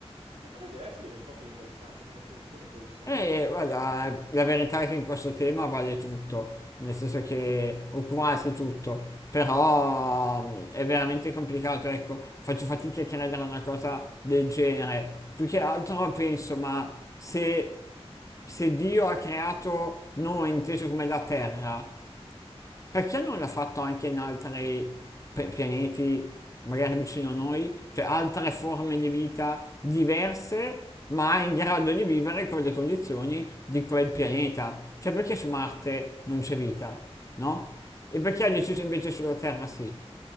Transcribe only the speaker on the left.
E guarda, la verità è che in questo tema vale tutto, nel senso che, o quasi tutto, però mm, è veramente complicato, ecco, faccio fatica a credere a una cosa del genere. Più che altro penso, ma se se Dio ha creato noi inteso come la terra Perché non l'ha fatto anche in altri pe- pianeti, magari vicino a noi, cioè altre forme di vita diverse, ma in grado di vivere con le condizioni di quel pianeta? Cioè perché su Marte non c'è vita, no? E perché ha deciso invece sulla Terra sì?